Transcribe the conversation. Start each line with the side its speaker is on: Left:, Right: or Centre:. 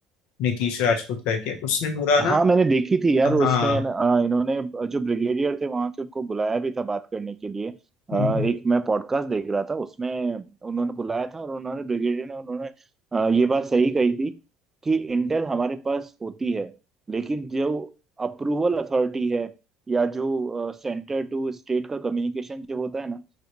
Left: नीतीश राजपूत करके उसने पूरा
Right: हाँ
Left: ना
Right: मैंने देखी थी यार उसमें
Left: हाँ
Right: अ, इन्होंने जो ब्रिगेडियर थे वहां के उनको बुलाया भी था बात करने के लिए अ,
Left: हम्म,
Right: एक मैं पॉडकास्ट देख रहा था उसमें उन्होंने बुलाया था और उन्होंने ब्रिगेडियर ने उन्होंने अ, ये बात सही कही थी कि इंटेल हमारे पास होती है लेकिन जो अप्रूवल अथॉरिटी है या जो सेंटर टू स्टेट का कम्युनिकेशन जो होता है ना